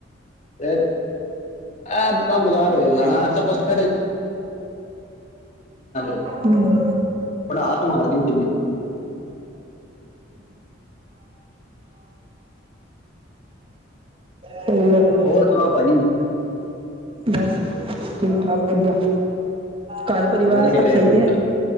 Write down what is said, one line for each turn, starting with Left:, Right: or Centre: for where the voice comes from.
Left: ਫੇਰ, ਆਹ <unintelligible> ਕੰ ਬਕਾਰਰ ਹੋਆ ਨਣਾ ਤਾਂ ਪਸ ਫ <unintelligible>
Right: ਹੂੰ।
Left: ਪੜਾਸ, ਮਾਰਦੀ ਜ਼ਮੀਨ।
Right: ਠੀ <unintelligible>
Left: ਹੋਰ ਸੁਣਾ ਭਾਜੀ
Right: ਬਸ ਠੀਕ ਠਾਕ ਵਧੀਆ ਘਰ ਪਰਿਵਾਰ
Left: ਵਧੀਆ
Right: ਸਭ
Left: ਰਹੇ
Right: ਸਹੀ
Left: ਬਧ
Right: ਹੈ